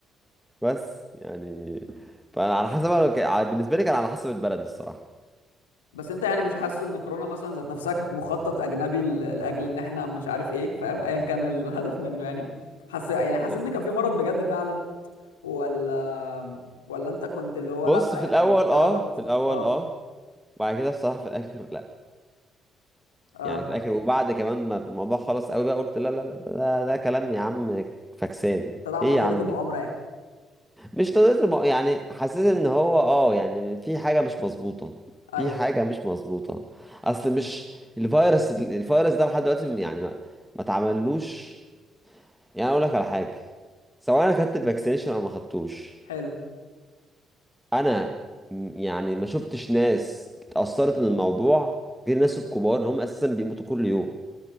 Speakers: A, in the centre; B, on the left (about 80°).
A: بس يعني فانا على حسب أنا ك... على- بالنسبه لي كان على حسب البلد الصراحه
B: بس انت يعني مش حاسس ان كورونا مثلا ذات نفسها كانت مخطط اجنبي ل- لاجل ان احنا مش عارف ايه فاهم ايا كان الهدف منه يعني حس يعني حسيت
A: ب-
B: ان كان في مرض بجد فعلا ولا ولا انت كنت اللي هو
A: بص
B: لا يعني
A: في الاول
B: في
A: اه
B: عبط
A: في الاول
B: اه
A: اه وبعد كده بصراحه في الاخر لا
B: اه
A: يعني في الاخر وبعد كمان ما الموضوع خلص قوي بقى قلت لا لا لا ده, ده كلام يا عم فاكسان
B: تدعم
A: ايه
B: نظريه
A: يا عم
B: المؤامره يعني
A: مش قضية الم... يعني حاسس ان هو اه يعني في حاجة مش مظبوطة
B: ايوه
A: في حاجة مش مظبوطة اصل مش الفيروس الفيروس ده لحد دلوقتي يعني ما ما اتعملوش يعني اقول لك على حاجة سواء انا خدت الفاكسينيشن او ما خدتوش
B: حلو
A: انا م- يعني ما شفتش ناس اتأثرت من الموضوع غير الناس الكبار اللي هم اساسا بيموتوا كل يوم